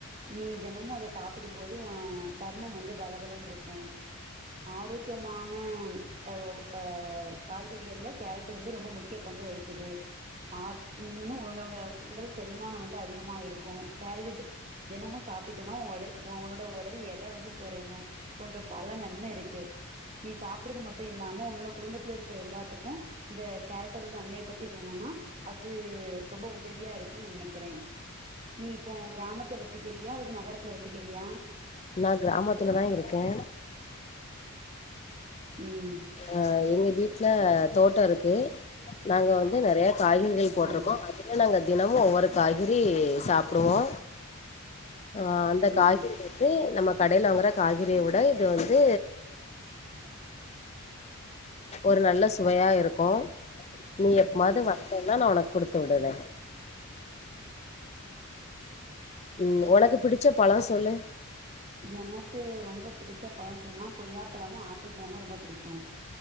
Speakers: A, on the right; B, on the left.
A: நீ தெனமூ அத சாப்பிடும் போது உ சருமம் வந்து பலபலன்ருக்கோ ஆரோக்கியமான எ வவு அ காய்கறிகள்ல கேரட் வந்து ரொம்ப முக்கிய பங்கு வகிக்கிது ஆர் இன்னு உட உட உடல் செரிமானோ வந்து அதிகமா இருக்கு கேரரட்டு தெனமு சாப்பிட்டனோ ஒ ஒடல் ஒ ஒன்னோட ஒடல் எட வந்து கொறையு போன்ற பல நன்மை இருக்கு நீ சாப்பிடுறது மட்டு இல்லாம ஒன்னோட குடும்பத்துல இருக்க எல்லாத்துக்கு இந்த கேரட்டோட நன்மைய பத்தி சொன்னோன்னா அது ரொம்ப உதவியா இருக்குன் நா நெனைக்கிறே நீ இப்போ கிராமத்து வசிக்கிறியா அல்லது நகரத்துல வசிக்கிறியா
B: நா கிராமத்துலதா இருக்கே
A: ம்
B: அ எங்க வீட்ல தோட்டோ இருக்கு நாங்க வந்து நெறைய காய்கறிகள் போட்ருக்கோ
A: ஆ
B: அதுல நாங்க தினமு ஒவ்வொரு காய்கறி சாப்புடுவோ அ அந்த
A: ம்
B: காய்கறி றி நம்ம கடேல வாங்கற காய்கறிய விட இது வந்து ஒரு நல்ல சுவையா இருக்கு நீ எப்பமாது
A: ம்.
B: வந்தேனா நா ஒனக்கு குடுத்து விடுறே ம் ஒனக்கு புடிச்ச பழோ சொல்லு
A: எனக்கு ரொம்ப புடிச்ச பழோனு சொன்னா கொய்யா பழமு ஆப்பிள் பழமு ரொம்ப புடிக்கு